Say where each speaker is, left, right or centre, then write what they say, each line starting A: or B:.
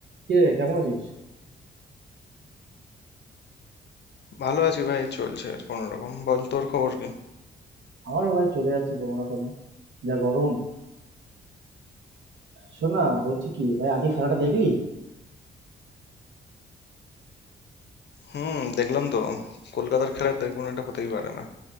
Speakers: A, on the right; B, on the left.
A: কিরে কেমন আছিস
B: ভালো আছি ভাই চলছে আর কোনো রকম বল তোর খবর কি
A: আমারও ভাই চলে যাচ্ছে কোনো রকমে যা গরম শোন না বলছি কি ভাই আজকে
B: হুম
A: খেলাটা দেখলি
B: হুম, দেখলাম তো কলকাতার খেলা দেখবো না এটা হতেই পারে না